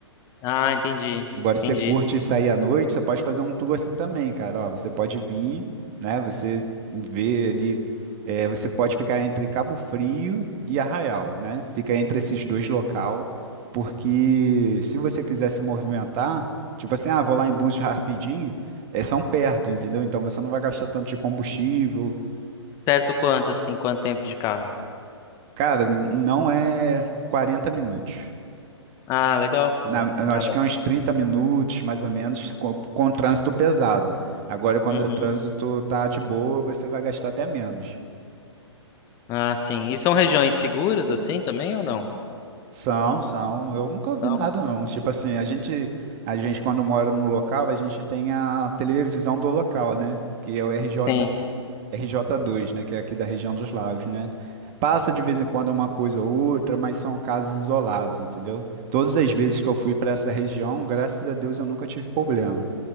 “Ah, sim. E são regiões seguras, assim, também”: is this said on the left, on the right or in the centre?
Left